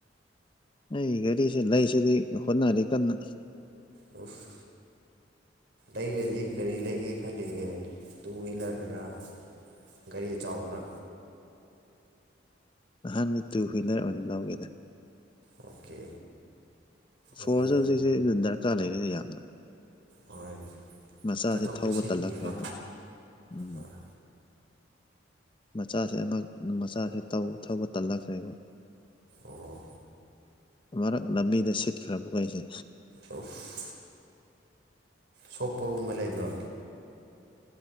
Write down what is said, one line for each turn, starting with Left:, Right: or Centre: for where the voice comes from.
Left: ꯑꯩ ꯘꯔꯤꯁꯤꯦ ꯂꯩꯁꯤꯗꯤ ꯍꯣꯠꯅꯔꯤ ꯀꯟꯅ
Right: ꯑꯣꯐ ꯂꯩꯔꯗꯤ ꯀꯔꯤ ꯂꯩꯒꯦ ꯈꯜꯂꯤꯒꯦ ꯇꯨ ꯍꯋ꯭ꯋꯤꯂꯔꯔ ꯒꯥꯔꯤ ꯆꯥꯎꯕ꯭ꯔꯥ
Left: ꯑꯍꯥꯟꯕ ꯇꯨ ꯍ꯭ꯋꯤꯂꯔ ꯑꯣꯏꯅ ꯂꯧꯒꯦꯗ
Right: ꯑꯣꯀꯦ
Left: ꯐꯣꯔꯁꯦ
Right: ꯑꯗꯨ
Left: ꯍꯧꯖꯤꯛꯁꯦ ꯑꯗꯨꯝ ꯗꯔꯀꯥꯔ ꯂꯩꯔꯤꯦꯅꯦ ꯌꯥꯝꯅ
Right: ꯍꯣꯏ
Left: ꯃꯆꯥꯁꯦ
Right: ꯆꯠꯊꯣꯛ
Left: ꯊꯧꯕ
Right: ꯆꯠꯁꯤꯟꯒꯤꯀꯣ
Left: ꯇꯜꯂꯛꯈ꯭ꯔꯦꯕ ꯎꯝ
Right: ꯍꯣꯏ
Left: ꯃꯆꯥꯁꯦ ꯑꯃꯨꯛ ꯃꯆꯥꯁꯦꯧ ꯊꯧꯕ ꯇꯜꯂꯛꯈ꯭ꯔꯦꯕ
Right: ꯑꯣ
Left: ꯃꯔꯛ ꯂꯝꯕꯤꯗ ꯁꯤꯠꯈ꯭ꯔꯕꯈꯩꯁꯦ
Right: ꯑꯣꯐ ꯁꯣꯛꯄꯒꯨꯝꯕ ꯂꯩꯕ꯭ꯔꯣ